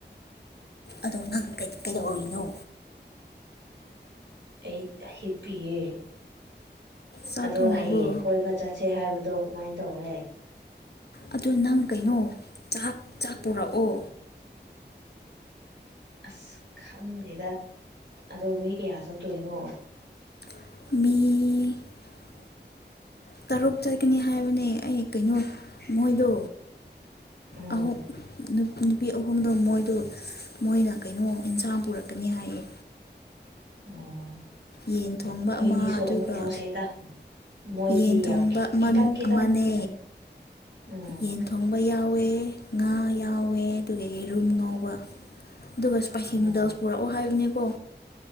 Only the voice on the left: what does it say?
ꯑꯗꯣ ꯅꯪ ꯀꯩꯗꯧꯔꯤꯅꯣ
ꯆꯥꯛ
ꯊꯣꯡꯉꯕꯣ
ꯑꯗꯨ ꯅꯪ ꯀꯩꯅꯣ ꯆꯥꯛ ꯆꯥꯛ ꯄꯨꯔꯛꯑꯣ
<unintelligible> ꯇꯔꯨꯛ ꯆꯠꯀꯅꯤ ꯍꯥꯏꯕꯅꯦ ꯑꯩ ꯀꯩꯅꯣ ꯃꯣꯏꯗꯣ
ꯑꯍꯨꯝ ꯅꯨꯄꯤ ꯑꯍꯨꯝꯗ ꯃꯣꯏ ꯑꯗꯨ ꯃꯣꯏꯅ ꯀꯩꯅꯣ ꯑꯦꯟꯁꯥꯡ ꯄꯨꯔꯛꯀꯅꯤ ꯍꯥꯏꯌꯦ
ꯌꯦꯟ ꯊꯣꯡꯕ
ꯑꯃ ꯑꯗꯨꯒ
ꯌꯦꯟ
ꯊꯣꯡꯕ
ꯑꯃꯅꯦ
ꯌꯦꯟ ꯊꯣꯡꯕ ꯌꯥꯎꯋꯦ ꯉꯥ ꯌꯥꯎꯋꯦ ꯑꯗꯨꯒ ꯌꯦꯔꯨꯝ ꯉꯥꯎꯧꯕ ꯑꯗꯨꯒ ꯏꯁꯄꯥꯏꯁꯤ
ꯅꯨꯗꯜꯁ ꯄꯨꯔꯛꯑꯣ ꯍꯥꯏꯕꯅꯦ ꯀꯨ